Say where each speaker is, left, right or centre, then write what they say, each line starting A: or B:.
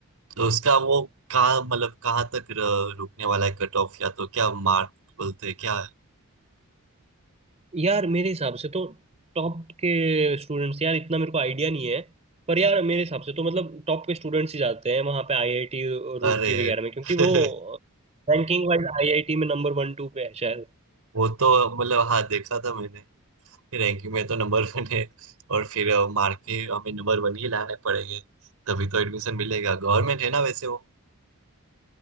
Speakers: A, on the right; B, on the right.
A: तो उसका वो कहाँ मतलब कहाँ तक र- रुकने वाला है कट ऑफ या तो क्या मार्क बोलते हैं क्या
B: यार मेरे हिसाब से तो टॉप के स्टूडेंट्स यार इतना मेरे को आइडिया नहीं है पर यार मेरे हिसाब से तो मतलब टॉप के स्टूडेंट्स ही जाते हैं वहाँ पे आईआईटी
A: अरे
B: रुड़की वगैरह में क्योंकि
A: <laughs>
B: वो रैंकिंग वाइज आईआईटी में नंबर वन टू पे है शायद
A: वो तो मतलब हाँ देखा था मैंने रैंकिंग में तो नंबर वन है और फिर मार्क के हमें नंबर वन ही लाने पड़ेंगे तभी तो एडमिशन मिलेगा गवर्नमेंट है ना वैसे वो